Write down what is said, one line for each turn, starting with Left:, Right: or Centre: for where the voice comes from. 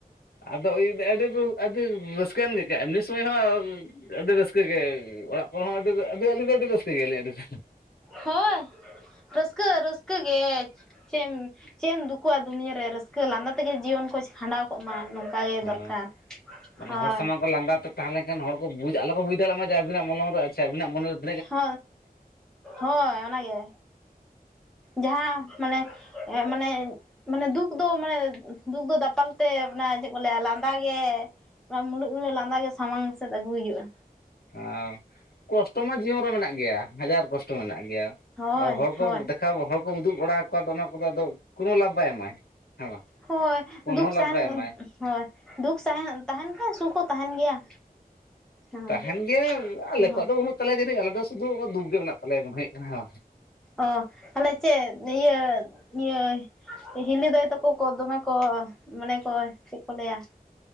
Left: ᱟᱫᱚ ᱟᱹᱰᱤ ᱟᱹᱰᱤ ᱨᱟᱹᱥᱠᱟᱹ ᱟᱱ ᱮᱢᱱᱤ ᱥᱚᱢᱚᱭ ᱦᱚᱸ ᱾ ᱟᱹᱰᱤ ᱨᱟᱹᱥᱠᱟᱹ ᱜᱮ ᱚᱲᱟᱜ ᱠᱚᱨᱮ ᱦᱚᱸ ᱟᱹᱰᱤ ᱟᱹᱰᱤ ᱟᱹᱞᱤᱧ ᱫᱚ ᱟᱹᱰᱤ ᱨᱟᱹᱥᱠᱟᱹ ᱜᱮᱭᱟᱞᱤᱧ ᱟᱹᱰᱤᱟᱹ ᱾
Centre: ᱦᱳᱭ ᱨᱟᱹᱥᱠᱟᱹ ᱨᱟᱹᱥᱠᱟᱹ ᱜᱮ ᱪᱮᱫ ᱮᱢ ᱪᱮᱫ ᱮᱢ ᱫᱩᱠᱩᱼᱟ ᱫᱩᱱᱭᱟᱹᱨᱮ ᱨᱟᱹᱥᱠᱟᱹ ᱞᱟᱸᱫᱟ ᱛᱮᱜᱮ ᱡᱤᱭᱚᱱ ᱠᱚ ᱠᱷᱟᱸᱰᱟᱣ ᱠᱚᱜ ᱢᱟ ᱜᱮ
Left: ᱦᱚᱸ
Centre: ᱫᱚᱨᱠᱟᱨ
Left: ᱢᱟᱱᱮ
Centre: ᱦᱳᱭ
Left: ᱦᱚᱲ ᱥᱟᱢᱟᱝ ᱠᱚ ᱞᱟᱸᱫᱟ ᱛᱚ ᱛᱟᱦᱚᱞᱮ ᱠᱷᱟᱱ ᱦᱚᱲ ᱠᱚ ᱵᱩᱡᱽ ᱟᱞᱚ ᱠᱚ ᱵᱩᱡᱽ ᱫᱟᱲᱮᱭᱟᱜ ᱢᱟ ᱡᱮ ᱟᱵᱤᱱᱟᱜ ᱢᱚᱞᱚᱝ ᱨᱮ ᱟᱪᱪᱷᱟ ᱟᱵᱤᱱᱟᱜ ᱢᱚᱱᱮ ᱨᱮ
Centre: ᱦᱳ ᱦᱳᱭ ᱚᱱᱟ ᱜᱮ ᱡᱟᱦᱟᱸ ᱢᱟᱱᱮ ᱮᱜ ᱢᱟᱱᱮ ᱢᱟᱱᱮ ᱫᱩᱠ ᱫᱚ ᱢᱟᱱᱮ ᱫᱩᱠ ᱫᱚ ᱫᱟᱯᱟᱞ ᱛᱮ ᱢᱟᱱᱮ ᱪᱮᱫ ᱠᱚ ᱞᱟᱹᱭᱟ ᱞᱟᱸᱫᱟ ᱜᱮ ᱚᱱᱟ ᱢᱩᱞᱩᱡ ᱢᱩᱞᱩᱡ ᱞᱟᱸᱫᱟ ᱜᱮ ᱥᱟᱢᱟᱝ ᱥᱮᱫ ᱟᱹᱜᱩᱭ ᱦᱩᱭᱩᱜᱼᱟ
Left: <unintelligible> ᱠᱚᱥᱴᱚ ᱢᱟ ᱡᱤᱭᱚᱱ ᱨᱮ ᱢᱮᱱᱟᱜ ᱜᱮᱭᱟ ᱦᱟᱡᱟᱨ ᱠᱚᱥᱴᱚ ᱢᱮᱱᱟᱜ ᱜᱮᱭᱟ
Centre: ᱦᱳᱭ
Left: ᱟᱵᱚ ᱦᱚᱲ ᱠᱚ
Centre: ᱦᱳᱭ
Left: ᱦᱚᱲ ᱠᱚᱢ ᱩᱫᱩᱜ ᱵᱟᱲᱟᱣᱟᱠᱚᱣᱟ ᱟᱫᱚ ᱚᱱᱟ ᱠᱚᱫᱚ ᱟᱫᱚ ᱠᱳᱱᱳ ᱞᱟᱵᱷ ᱵᱟᱭ ᱮᱢᱟᱭ ᱦᱮᱸ ᱵᱟᱝ
Centre: ᱦᱳᱭ
Left: ᱠᱳᱱᱳ
Centre: ᱫᱩᱠ
Left: ᱞᱟᱵᱷ
Centre: ᱥᱟᱦᱮᱱ
Left: ᱵᱟᱭ ᱮᱢᱟᱭ
Centre: ᱦᱳᱭ ᱫᱩᱠ ᱥᱟᱦᱮᱱ ᱛᱟᱦᱮᱸᱱ ᱠᱷᱟᱱ ᱥᱩᱠ ᱦᱚᱸ ᱛᱟᱦᱮᱸᱱ ᱜᱮᱭᱟ ᱦᱮᱸ
Left: ᱛᱟᱦᱮᱸᱱ ᱜᱮᱭᱟ ᱟᱞᱮ
Centre: ᱦᱳᱭ
Left: ᱠᱚᱣᱟᱜ ᱫᱚ ᱵᱟᱹᱱᱩᱜ ᱛᱟᱞᱮᱭᱟ ᱡᱟᱹᱱᱤᱡ ᱟᱞᱮ ᱫᱚ ᱥᱩᱫᱩ ᱫᱩᱠ ᱜᱮ ᱢᱮᱱᱟᱜ ᱛᱟᱞᱮᱭᱟ ᱢᱚᱱᱮ ᱦᱩᱭᱩᱜ ᱠᱟᱱᱟ
Centre: ᱚ ᱛᱟᱦᱞᱮ ᱪᱮᱫ ᱤᱭᱟᱹ ᱤᱭᱟᱹ ᱦᱤᱞᱤ ᱫᱟᱹᱭ ᱛᱟᱠᱚ ᱠᱚ ᱫᱚᱢᱮ ᱠᱚ ᱢᱟᱱᱮ ᱠᱚ ᱪᱮᱫ ᱠᱚ ᱞᱮᱭᱟ